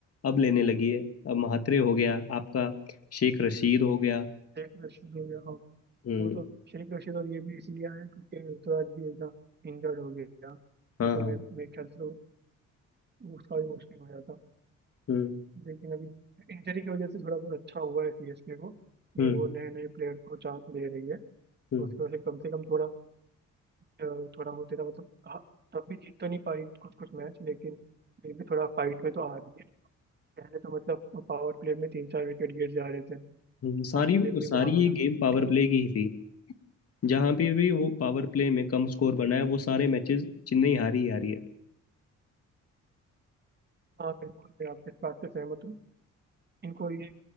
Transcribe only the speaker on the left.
अब लेने लगी है अब महात्रे हो गया आपका शेख रशीद हो गया
हम्म
हाँ
हाँ
हम्म
हम्म
हम्म
हम्म। सारी
सारी
ये
गेम
पावर
प्ले की ही थी जहां पे भी वो पावर प्ले में कम स्कोर बनाया वो सारे मैचेस चेन्नई हारी ही हारी है